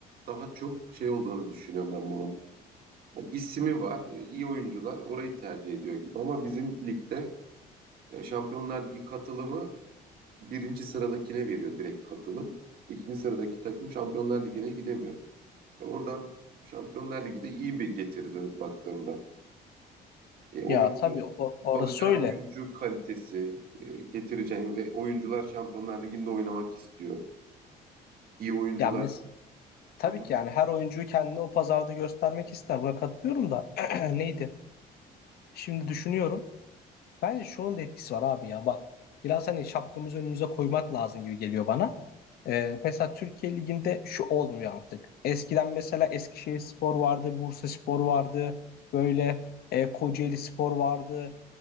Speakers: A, on the right; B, on the left.
A: daha çok şey olduğunu düşünüyorum ben bunun. Yani ismi var, iyi oyuncular orayı tercih ediyor gibi ama bizim ligde e, Şampiyonlar Ligi katılımı birinci sıradakine veriyor direkt katılım. İkinci sıradaki takım Şampiyonlar Ligi'ne gidemiyor. E, oradan Şampiyonlar Ligi'de iyi bir getiri dönüp baktığında. E, oyuncu
B: Ya tabii o- orası
A: alacağın
B: öyle.
A: oyuncu kalitesi, e, getireceğin ve oyuncular Şampiyonlar Ligi'nde oynamak istiyor. İyi oyuncular.
B: Ya mes tabii
A: Hı hı.
B: ki yani her oyuncuyu kendine o pazarda göstermek ister. Buna katılıyorum da <clears throat> neydi? Şimdi düşünüyorum. Bence şunun da etkisi var abi ya bak. Biraz hani şapkamızı önümüze koymak lazım gibi geliyor bana. Ee, mesela Türkiye Ligi'nde şu olmuyor artık. Eskiden mesela Eskişehirspor vardı, Bursaspor vardı, böyle e, Kocaelispor vardı.